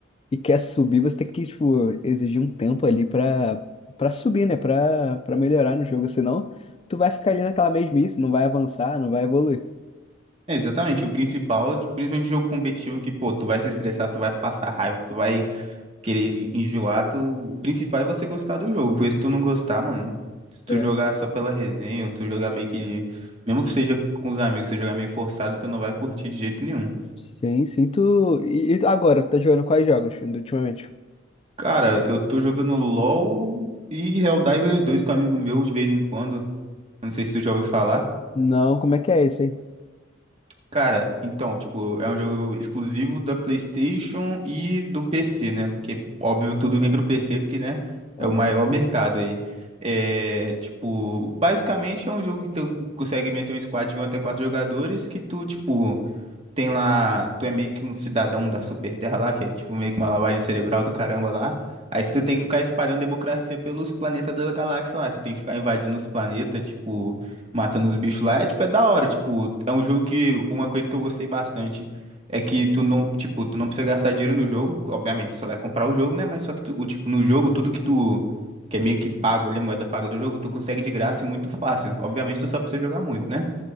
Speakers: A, on the left; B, on the right.
A: e quer subir, você tem que, tipo, exigir um tempo ali pra, pra subir, né? Pra, pra melhorar no jogo. Senão, tu vai ficar ali naquela mesmice, não vai avançar, não vai evoluir.
B: É, exatamente, o principal, de- principalmente de jogo competitivo, que, pô, tu vai se estressar, tu vai passar raiva, tu vai querer enjoar, tu... o principal é você gostar do jogo, porque se tu não gostar, mano, se tu
A: É.
B: jogar só pela resenha, ou tu jogar meio que, mesmo que seja com os amigos, você jogar meio forçado, tu não vai curtir de jeito nenhum.
A: Sim, sim. Tu... E, e tu- agora, tu tá jogando quais jogos ultimamente?
B: Cara, eu tô jogando LoL e Helldivers dois com um amigo meu de vez em quando, não sei se tu já ouviu falar.
A: Não, como é que é esse aí?
B: Cara, então, tipo, é um jogo exclusivo da PlayStation e do PC, né? Porque, óbvio, tudo vem pro PC, porque, né,
A: Aham.
B: é o maior mercado aí. É, tipo, basicamente é um jogo que tu consegue meter um squad de um até quatro jogadores que tu, tipo, tem lá, tu é meio que um cidadão da Superterra lá, que é tipo meio que uma lavagem cerebral do caramba lá. Aí tu tem que ficar espalhando democracia pelos planetas da galáxia lá. Tu tem que ficar invadindo os planetas, tipo, matando os bichos lá. É tipo, é da hora. Tipo, é um jogo que uma coisa que eu gostei bastante é que tu não, tipo, tu não precisa gastar dinheiro no jogo. Obviamente, tu só vai comprar o jogo, né? Mas só que tu, o tipo, no jogo, tudo que tu que é meio que pago ali, a moeda paga do jogo, tu consegue de graça e muito fácil. Obviamente, tu só precisa jogar muito, né?